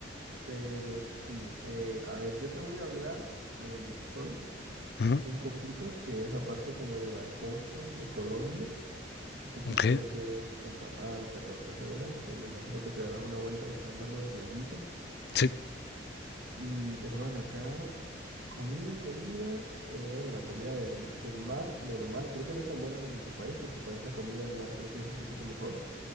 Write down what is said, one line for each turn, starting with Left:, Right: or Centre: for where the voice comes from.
Right: Pero sí, eh, a ver, yo te voy a hablar de donde estoy
Left: Ujú,
Right: un poquito, que es la parte como de la costa de Colombia. un poquito
Left: Ok,
Right: lo que es Santa Marta, Cartagena, que me imagino que te darás una vuelta buscando algo de playita.
Left: sí,
Right: Y hermano, acá comida, comida, eh, bueno, la comida de herm- del mar normal, creo que no es tan buena como en tu país, que en tu país la comida del mar creo que es un poquito mejor.